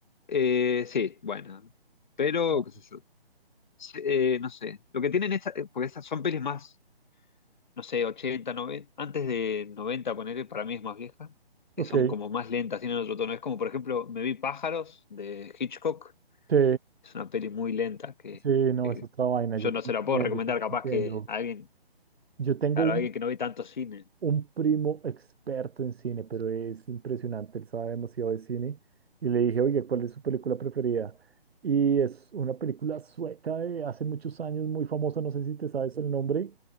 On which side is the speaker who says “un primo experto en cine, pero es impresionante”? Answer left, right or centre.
Right